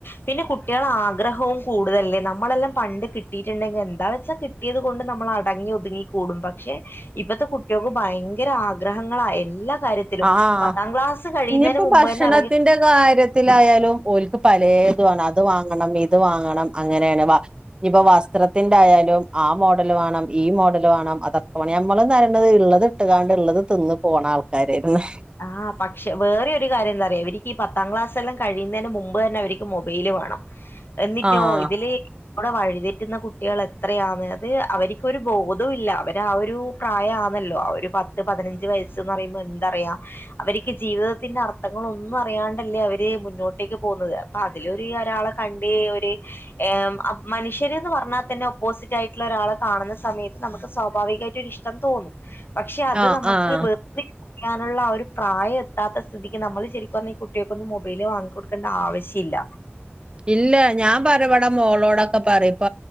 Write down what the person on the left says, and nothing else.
പിന്നെ കുട്ടികളാഗ്രഹവും കൂടുതലല്ലേ നമ്മളെല്ലാം പണ്ട് കിട്ടിയിട്ടുണ്ടെങ്കിൽ ത എന്താ വെച്ചാ കിട്ടിയത് കൊണ്ട് നമ്മള് അടങ്ങി ഒതുങ്ങി കൂടും പക്ഷെ ഇപ്പത്തെ കുട്ട്യോൾക്ക് ഭയങ്കര ആഗ്രഹങ്ങളാ എല്ലാ കാര്യ ത്തിലും.
പത്താം ക്ലാസ്സ് കഴിയുന്നേന്റെ
മുമ്പ്
തന്നെ അവർക്ക്
ആഹ് പക്ഷേ വേറെഒര് കാര്യം എന്താറിയോ ഇവര്ക്ക് ഈ പത്താം ക്ലാസ്സെല്ലാം കഴിയുന്നേന്റെ മുമ്പ് തന്നെ ഇവര്ക്ക് മൊബൈല് വേണം
എന്നിട്ടോ
ഇതില് അവടെ വഴിതെറ്റുന്ന കുട്ടിയേളെത്രയാന്ന് അത് അവരിക്കൊരു ബോധോല്ലാ അവരാ ഒരു പ്രായാനല്ലോ, അവര് പത്ത് പതിനഞ്ച് വയസ്സ്ന്ന് പറയുമ്പോഎന്തറിയാം അവര്ക്ക് ജീവിതത്തിന്റെ അർത്ഥങ്ങളൊന്നും അറിയാണ്ടല്ലേ അവര് മുന്നോട്ടേക്ക് പോകുന്നത്. അപ്പൊ അതിലൊര് ഒരാളെ കണ്ട് ഒര് ഏഹ് അ മനുഷ്യര്ന്ന് പറഞ്ഞാതന്നെ ഓപ്പോസിറ്റ് ആയിട്ട്ള്ള ഒരാളെ കാണുന്ന സമയത്ത് നമുക്ക് സ്വാഭാവികായ്ട്ടൊരിഷ്ടം തോന്നും. പക്ഷെ അത്
നമുക്ക്
വെർതി ക്കാനുളള ആ ഒര് പ്രായം എത്താത്ത സ്ഥിതിക്ക് നമ്മള് ശെരിക്കും പറഞ്ഞാ ഈ കുട്ട്യേൾക്കൊന്നും മൊബൈല് വാങ്ങി കൊടുക്കേണ്ട ആവശ്യല്ല